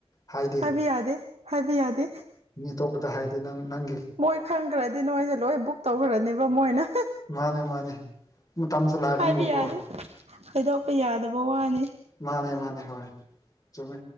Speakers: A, on the left; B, on the right.
A: ꯍꯥꯏꯗꯦ
B: ꯍꯥꯏꯕ ꯌꯥꯗꯦ ꯍꯥꯏꯕ ꯌꯥꯗꯦ
A: ꯃꯤ ꯑꯇꯣꯞꯄꯗ ꯍꯥꯏꯗꯤ ꯅꯪ ꯅꯪꯒꯤ
B: ꯃꯣꯏ ꯈꯪꯈ꯭ꯔꯗꯤ ꯅꯣꯏꯁꯦ ꯂꯣꯏ ꯕꯨꯛ ꯇꯧꯈ꯭ꯔꯅꯦꯕ ꯃꯣꯏꯅ
A: ꯃꯥꯅꯦ ꯃꯥꯅꯦ ꯃꯇꯝꯁꯨ ꯂꯥꯛꯀꯅꯤꯕꯀꯣ
B: ꯍꯥꯏꯕ ꯌꯥꯗꯦ ꯍꯥꯏꯗꯣꯛꯄ ꯌꯥꯗꯕ ꯋꯥꯅꯦ
A: ꯃꯥꯅꯦ ꯃꯥꯅꯦ ꯍꯣꯏ ꯆꯨꯝꯃꯤ